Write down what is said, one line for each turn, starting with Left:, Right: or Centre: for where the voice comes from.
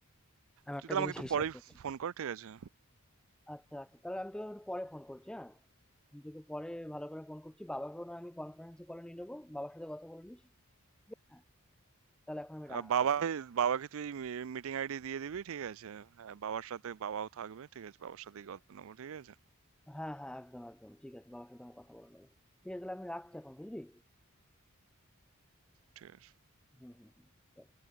Centre: আমি
Right: তুই
Centre: একটা
Right: তাহলে
Centre: জিনিস
Right: আমাকে একটু
Centre: হিসাব
Right: পরেই
Centre: করছি
Right: ফোন কর ঠিক আছে
Centre: আচ্ছা আচ্ছা তাহলে আমি তোকে একটু পরে ফোন করছি হ্যাঁ আমি তোকে পরে ভালো করে ফোন করছি বাবাকেও না আমি কনফারেন্সে কলে নিয়ে নেবো বাবার সাথে কথা বলে নিস ঠিক আছে তাহলে এখন আমি
Right: আর
Centre: রাখছি
Right: বাবা বাবাকে তুই মিটিং আইডি দিয়ে দিবি ঠিক আছে হ্যাঁ বাবার সাথে বাবাও থাকবে ঠিক আছে বাবার সাথেই কথা নেবো ঠিক আছে
Centre: হ্যাঁ হ্যাঁ একদম একদম ঠিক আছে বাবার সাথে আমি কথা বলে নেবো ঠিক আছে তাহলে আমি রাখছি এখন বুঝলি
Right: ঠিক আছে
Centre: হুম হুম হুম চল।